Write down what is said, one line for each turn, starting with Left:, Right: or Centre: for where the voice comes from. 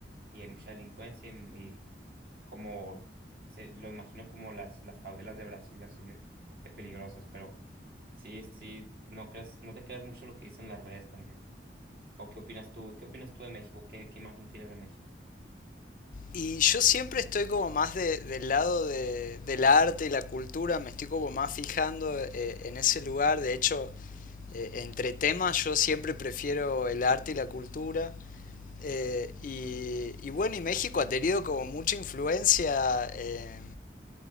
Right: y hay mucha delincuencia y, y como se lo imagino como las, las favelas de Brasil así de, de peligrosas, pero sí, sí, no creas, no te creas mucho lo que dicen las redes también. ¿O qué opinas tú? ¿Qué opinas tú de México? ¿Qué, qué imagen tienes de México?
Left: Y yo siempre estoy como más de- del lado de, del arte y la cultura, me estoy como más fijando eh, en ese lugar. De hecho, eh, entre temas yo siempre prefiero el arte y la cultura. Eh, y, y bueno, y México ha tenido como mucha influencia eh,